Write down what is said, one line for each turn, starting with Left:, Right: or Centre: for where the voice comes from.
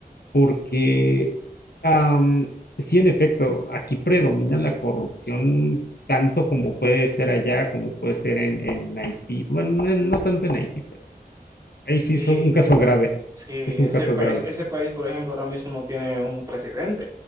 Left: Porque, am, sí, en efecto, aquí predomina la corrupción tanto como puede ser allá, como puede ser en, en Haití. Bueno, no, no tanto en Haití, pero ahí sí
Right: y
Left: es un caso grave.
Right: sí, ese,
Left: Es un caso
Right: pa-
Left: grave.
Right: ese ese país, por ejemplo, ahora mismo no tiene un presidente.